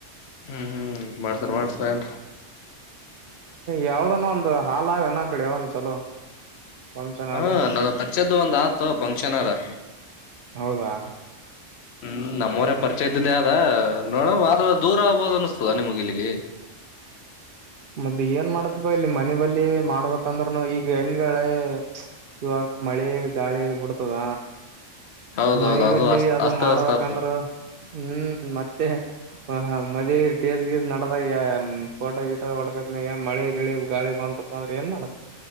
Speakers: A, on the left; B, on the right.
A: ಹೂ ಹೂ ಮಾಡ್ಸಾರ ಮಾಡ್ಸರಂ
B: ಯಾವ್ದನ್ನ ಒಂದು ಹಾಲ್ನ ಕಡೆ ಯಾವ ಚಲೋ ಫಂಕ್ಷನ್
A: ಹಾ
B: ಹಾಲ್
A: ನನ್ನ ಪಚ್ಚದ್ದು ಒಂದ್ ಆತ ಫಂಕ್ಷನ್ ಆದ
B: ಹೌದಾ
A: ಹೂ ನಮ್ಮ್ವರ ಪರಿಚಯ ಇದ್ದಿದ್ದೇ ಅದ ನೋಡ ಆ ದೂರ ಆಗ್ಬೋದ ಅನಸ್ತದ ನಿಮಗಲ್ಲಿಗೆ
B: ಹ ಮದ ಏನ್ ಮಾಡತಿಪ್ಪ ಇಲ್ಲಿ ಮನ ಬಲಿ ಮಾಡ್ಬೇಕಂದ್ರ್ನು ಈಗ ಹೆಂಗಳೆ ಇವಾಗ ಮಳೆ ಗಾಳಿ ಬಿುಡ್ತದ
A: ಹೌದೌದು
B: ಮನ ಬಲ್ಲಿ
A: ಅಸ್ತ
B: ಅದು
A: ಅಸ್ತ
B: ಮಾಡ್ಬೇಕಂದ್ರ
A: ಅಸ್ತ ಆತು
B: ಹೂ ಮತ್ತೆ ಮದುವಿ ೇಜ್ ಗೀಜ್ ನಡದ ೋ ಗಿಟ ಹೊಡಕತ್ ಮಳೆ ಗಿಳಿ ಗಾಳಿ ಬಂದಪ್ಪ ಅಂದ್ರ ಏನ್ ಮಾಡಡತ್